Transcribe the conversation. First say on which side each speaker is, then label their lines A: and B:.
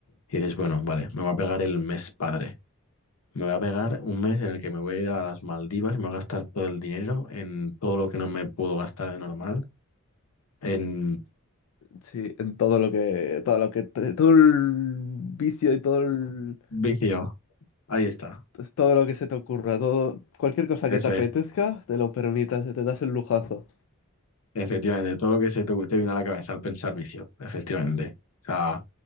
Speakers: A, on the left; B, on the left.
A: Y dices, bueno, vale, me va a pegar el mes padre. Me voy a pegar un mes en el que me voy a ir a las Maldivas y me voy a gastar todo el dinero en todo lo que no me puedo gastar de normal. En
B: sí, en todo lo que, todo lo que, te- todo el vicio y todo el,
A: vicio. Ahí está.
B: todo lo que se te ocurra, todo, cualquier cosa
A: Eso
B: que te apetezca,
A: es.
B: te lo permitas, te das el lujazo.
A: Efectivamente. Todo lo que se te, te viene a la cabeza al pensar vicio. Efectivamente. O sea,